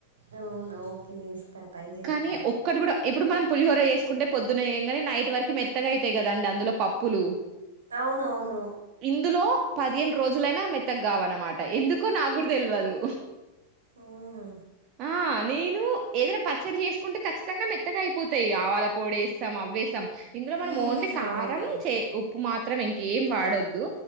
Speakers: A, on the right (about 70°); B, on the right (about 40°).
A: అవునా ఓకే చేస్తా ట్రై చేస్తా
B: కానీ ఒక్కటి కూడా ఇప్పుడు మనం పులిహోర చేసుకుంటే పొద్దున చేయంగనే నైట్ వరకు మెత్తగా అవుతయి కదండి అందులో పప్పులు
A: అవునవును
B: ఇందులో పదిహేను రోజులైనా మెత్తగా కావు అన్నమాట ఎందుకో నాక్కూడా తెల్వదు
A: అవునా
B: ఆ! నేను ఏదైనా పచ్చడి చేసుకుంటే ఖచ్చితంగా మెత్తగా అయిపోతాయి ఆవాల పొడేస్తాం అవ్వేసాం ఇందులో మనం
A: మ్మ్,
B: ఓన్లీ
A: మ్మ్,
B: కారం
A: అవునవును
B: చే ఉప్పు మాత్రంమే ఇంకేం వాడొద్దు